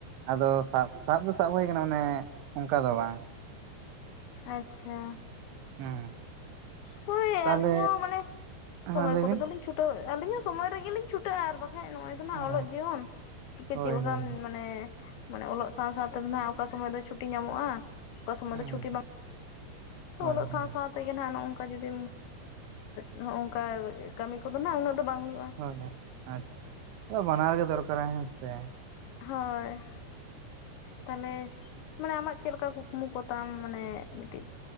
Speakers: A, on the right; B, on the left.
A: ᱟᱫᱚ ᱥᱟᱵ ᱥᱟᱵ ᱫᱚ ᱥᱟᱵ ᱦᱩᱭ ᱟᱠᱟᱱᱟ ᱢᱟᱱᱮ ᱚᱱᱠᱟ ᱫᱚ ᱵᱟᱝ᱾
B: ᱟᱪᱪᱷᱟ
A: ᱦᱩᱸ
B: ᱦᱳᱭ
A: ᱛᱟᱦᱚᱞᱮ
B: ᱟᱹᱞᱤᱧ ᱦᱚᱸ ᱢᱟᱱᱮ ᱥᱚᱢᱚᱭ
A: ᱦᱮᱸ ᱞᱟᱹᱭ
B: ᱠᱚᱨᱮ
A: ᱵᱤᱱ
B: ᱫᱚᱞᱤᱧ ᱪᱷᱴᱟᱹᱣ ᱟᱹᱞᱤᱧ ᱦᱚᱸ ᱥᱚᱢᱚᱭ ᱨᱮᱜᱮᱞᱤᱧ ᱪᱷᱩᱴᱟᱹᱜᱼᱟ ᱟᱨ ᱵᱟᱠᱷᱟᱱᱡ ᱱᱚᱜᱼᱚᱭ
A: ᱦᱮᱸ
B: ᱚᱞᱚᱜ ᱡᱤᱭᱚᱱ ᱪᱤᱠᱟᱹ
A: ᱦᱳᱭ
B: ᱪᱮᱫ ᱞᱮᱠᱟᱢ
A: ᱦᱳᱭ
B: ᱢᱟᱱᱮᱼᱼ ᱢᱟᱱᱮ ᱚᱞᱚᱜ ᱥᱟᱶ ᱥᱟᱶ ᱛᱮᱫᱚ ᱦᱟᱜ ᱚᱠᱟ ᱥᱚᱢᱚᱭ ᱫᱚ ᱪᱷᱩᱴᱤ ᱧᱟᱢᱚᱜ-ᱟ, ᱚᱠᱟ ᱥᱚᱢᱚᱭ
A: ᱦᱮᱸ
B: ᱫᱚ ᱪᱷᱩᱴᱤ ᱵᱟᱝ
A: ᱦᱳᱭ
B: ᱚᱞᱚᱜ ᱥᱟᱶ
A: ᱦᱳᱭ
B: ᱥᱟᱶ ᱛᱮᱜᱮ ᱱᱟᱦᱟᱜ ᱱᱚᱜ ᱱᱚᱝᱠᱟ ᱡᱩᱫᱤᱢ ᱱᱚᱜ ᱱᱚᱝᱠᱟ ᱠᱟᱹᱢᱤ ᱠᱚᱫᱚ ᱱᱟᱜ ᱩᱱᱟᱹᱜ ᱫᱚ ᱵᱟᱝ ᱦᱩᱭᱩᱜ-ᱟ᱾
A: ᱦᱳᱭ ᱦᱳᱭ ᱟᱪᱪᱷᱟ ᱵᱟᱱᱟᱨ ᱜᱮ ᱫᱚᱨᱠᱟᱨᱟ ᱦᱮᱸ ᱥᱮ᱾
B: ᱦᱳᱭ ᱛᱟᱦᱚᱞᱮ ᱢᱟᱱᱮ ᱟᱢᱟᱜ ᱪᱮᱫ ᱞᱮᱠᱟ ᱠᱩᱠᱢᱩ ᱠᱚᱛᱟᱢ ᱢᱟᱱᱮ ᱢᱤᱫᱴᱤᱡ?